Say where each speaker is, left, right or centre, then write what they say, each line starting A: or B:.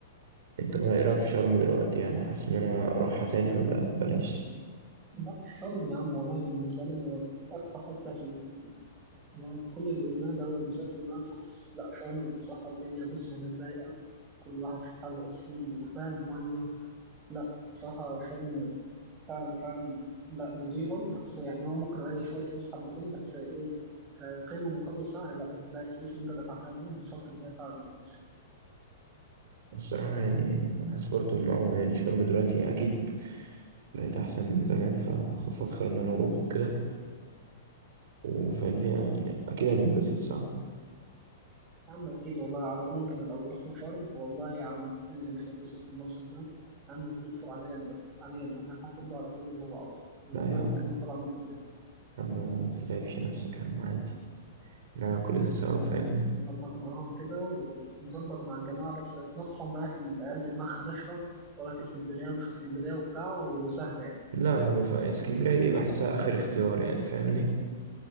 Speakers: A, on the right (about 65°); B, on the right (about 25°).
A: أنت بقى إيه رأيك في شرم دلوقتي يعني حاسس إن أنا أروحها تاني ولا بلاش
B: لا الشرم يا عم والله بالنسبة لي أرقى حتة في يعني كل اللي قلناه ده والمصايف اللي قلناها أنا حاسس لأ شرم بصراحة الدنيا بص هناك رايقة كل واحد في حاله أصلا وكفاية المية لأ بصراحة شرم فعلا فعلا لأ نضيفة بس يعني هو ممكن عايز شوية فلوس حبتين بس إيه كقيمة مقابل سعر لأ هتلاقي الفلوس اللي أنت دفعتها دي انبسطت بيها فعلا في المصيف
A: الصراحة يعني حاسس برضه إن هو يعني شرم دلوقتي أكيد بقت أحسن من زمان فأفكر إن أنا أروح وكده وفاهمني يعني أكيد هنتبسط صح؟
B: يا عم أكيد والله على ضمانتي أنا لو رحنا شرم والله يا عم اللي مش هيتبسط في المصيف ده يا عم فلوسه عليا أنا بس عليا أنا أنا هحاسب له على كل اللي هو عاوزه والله
A: لا يا عم
B: والكلمة طالعة مني بجد.
A: يا عم ما بتتعبش نفسك يا عم عادي إحنا كلنا سوا
B: خلاص
A: فاهمني
B: يعني نظبط معاهم كده ونظبط مع الجماعة بس نطلعهم معايا في العيال دي دماغها ناشفة ولا في اسكندرية ومش في اسكندرية وبتاع وسهلة يعني
A: لا لا بف... اسكندرية دي بحسها آخر اختيار يعني فاهمني